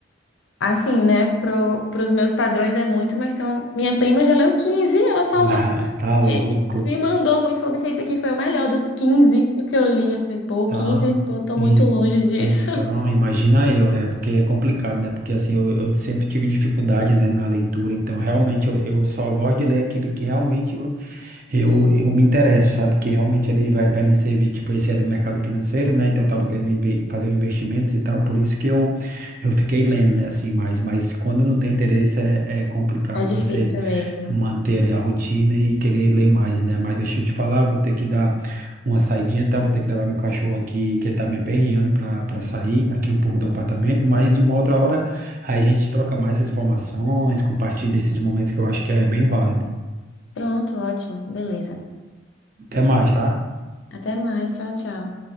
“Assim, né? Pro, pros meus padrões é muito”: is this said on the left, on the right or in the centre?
Left